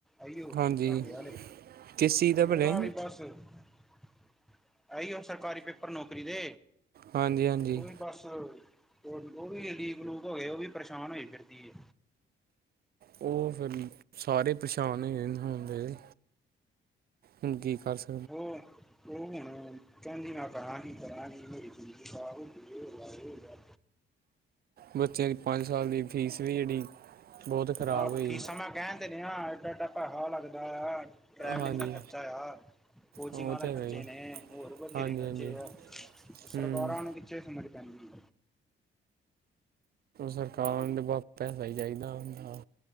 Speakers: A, in the centre; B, on the right.
A: ਇਹੀਓ
B: ਹਾਂਜੀ
A: ਤੁਹਾਡੇ ਆਲੇ
B: ਕਿਸ ਚੀਜ਼ ਦਾ
A: ਉਹਦਾ
B: ਭਲੇ
A: ਵੀ ਬਸ ਇਹ ਈ ਓ ਸਰਕਾਰੀ ਪੇਪਰ ਨੌਕਰੀ ਦੇ
B: ਹਾਂਜੀ-ਹਾਂਜੀ।
A: ਉਹ ਵੀ ਬਸ ਉਹ ਵੀ ਲੀਕ-ਲੂਕ ਹੋ ਗਏ ਉਹ ਵੀ ਪਰੇਸ਼ਾਨ ਹੋਈ ਫਿਰਦੀ ਏ।
B: ਉਹ ਫਿਰ ਸਾਰੇ ਪਰੇਸ਼ਾਨ ਹੋਏ ਹੁੰਦੇ। ਹੁਣ ਕੀ ਕਰ ਸਕ
A: ਉਹ ਉਹ ਹੁਣ ਕਹਿੰਦੀ ਮੈਂ ਕਰਾਂਗੀ-ਕਰਾਂਗੀ ਮੇਰੀ ਜ਼ਿੰਦਗੀ ਖਰਾਬ ਹੋਗੀ ਏ। ਏ ਹੋ ਗਿਆ ਓ ਹੋ ਗਿਆ।
B: ਬੱਚਿਆਂ ਦੀ ਪੰਜ ਸਾਲ ਦੀ ਫੀਸ ਵੀ ਜਿਹੜੀ ਬਹੁਤ ਖਰਾਬ
A: ਆਹ
B: ਹੋਈ
A: ਫੀਸਾਂ ਮੈਂ ਕਹਿਣ ਦੇਨ ਆ ਏਡਾ ਏਡਾ ਪੈਹਾ ਲੱਗਦਾ ਆ। ਟਰੈਵਲਿੰਗ
B: ਹਾਂਜੀ
A: ਦਾ ਖਰਚਾ ਆ ਕੋਚਿੰਗਿ
B: ਉਹ ਤੇ
A: ਦੇ
B: ਹੈਗਾ
A: ਖਰਚੇ
B: ਜੀ
A: ਨੇ ਹੋਰ ਬਥੇਰੇ
B: ਹਾਂਜੀ
A: ਖਰਚੇ
B: ਹਾਂਜੀ
A: ਆ
B: ਹੂੰ
A: ਸਰਕਾਰਾਂ ਨੂੰ ਕਿਥੇ ਸਮਝ ਪੈਂਦੀ
B: ਸਰਕਾਰਾਂ ਨੂੰ ਤੇ ਬਸ ਪੈਸਾ ਹੀ ਚਾਹੀਦਾ ਹੁੰਦਾ।